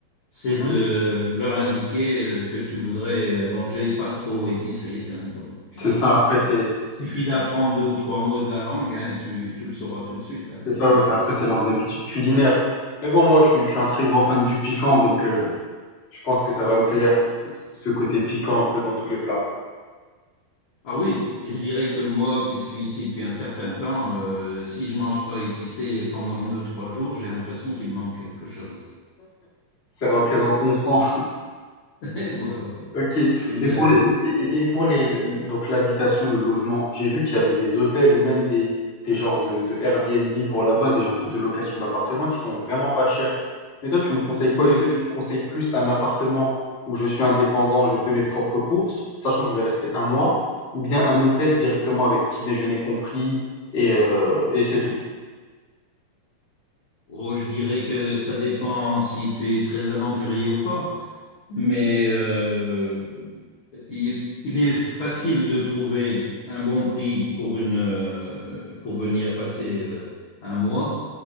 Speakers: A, on the left (about 65°); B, on the left (about 40°).
A: c'est
B: Mhm.
A: de leur indiquer euh, que tu voudrais euh, manger pas trop épicé. hein. donc,
B: C'est
A: euh,
B: ça, après, c'est
A: bon,
B: c'est- c'est-
A: suffit d'apprendre deux ou trois mots de la langue hein, et tu, et tu le sauras tout de suite. hein.
B: c'est
A: c'est
B: ça,
A: c'est-
B: ouais. c'est- Après,
A: c'est ça.
B: c'est leurs habitudes culinaires. Mais bon, moi, je suis, je suis un très grand fan du piquant, donc euh, Je pense que ça va me plaire, ce, ce- ce côté piquant un peu dans tous les plats.
A: Ah oui, et je dirais que moi qui suis ici depuis un certain temps, euh, si je mange pas épicé pendant deux, trois jours, j'ai l'impression qu'il me manque quelque chose.
B: C'est rentré dans ton sang. <laughs>
A: <laughs> Et voilà, oui.
B: Ok.
A: C'est de-
B: Et pour les, et, et pour les, donc l'habitation, le logement, j'ai vu qu'il y avait des hôtels ou même des, des genres de, de Airbnb pour là-bas, des genres de, de location d'appartements qui sont vraiment pas chers. Mais toi, tu me conseilles quoi?
A: Oui.
B: Est-ce que tu me conseilles plus un appartement où je suis indépendant, je fais mes propres courses, sachant que je vais rester un mois, ou bien un hôtel directement avec petit déjeuner compris et, euh, et c'est tout?
A: Oh, je dirais que ça dépend si tu es très aventurier ou pas. mais euh, il, il est facile de trouver un bon prix pour une, euh, pour venir passer euh, un mois.